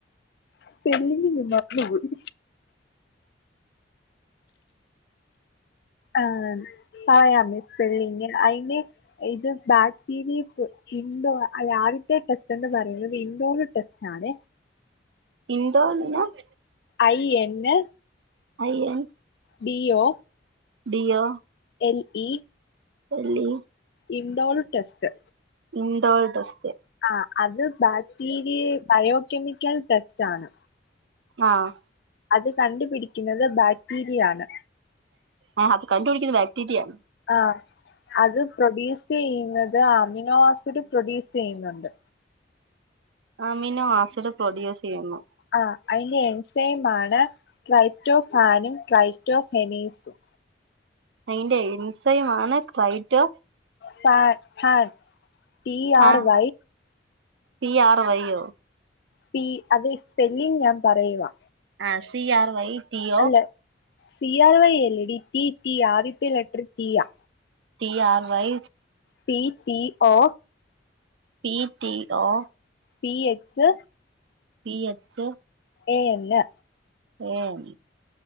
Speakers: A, on the left; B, on the right.
A: സ്പെല്ലിങ് മറന്നുപോയി ആ പറയാമി സ്പെല്ലിങ് അയിന് ഇത് ബാക്ടീരിയ ഇൻഡോർ അയ ആദ്യത്തെ ടെസ്റ്റ് എന്ന് പറയുന്നത് ഇൻഡോർ ടെസ്റ്റ് ആണ
B: Indo <unintelligible>
A: I N
B: I N
A: D O
B: D O
A: L E
B: എല്ലീ
A: indole test
B: indole test
A: ആഹ് അത് ബാക്ടീരിയ ബയോകെമിക്കൽ ടെസ്റ്റ് ആണ്.
B: ആഹ്
A: അത് കണ്ടുപിടിക്കുന്നത് ബാക്ടീരിയ ആണ്.
B: ആഹ് അത് കണ്ടു പിടിക്കണ ബാക്റ്റീ യ
A: ആഹ് അത് പ്രൊഡ്യൂസ് ചെയ്യുന്നത് അമിനോ ആസിഡ് പ്രൊഡ്യൂസ് ചെയ്യുന്നുണ്ട്
B: അമിനോ ആസിഡ് പ്രൊഡ്യൂസ് ചെയ്യുന്നു
A: ആ അയ്ന്റെ എൻസൈമാണ് ക്ലൈറ്റോ പാനും ക്ലൈറ്റോ ഹെനീസും
B: അയ്ന്റെ എൻസൈമാണ് ക്ലൈട്ടോ
A: പാൻ ഹാൻ ടി ആർ
B: ആഹ്
A: വൈ
B: പി ആർ വയ്യോ
A: പി അത് സ്പെല്ലിങ് ഞാൻ പറയുവാ
B: ആഹ് C R Y T O
A: അല്ല സി ആർ വൈ എല്ലടീ റ്റി റ്റി ആദ്യത്തെ ലെട്ടർ റ്റീയാ
B: T R Y
A: P T O
B: P T O
A: P H
B: P H
A: A എന്ന്
B: എൻ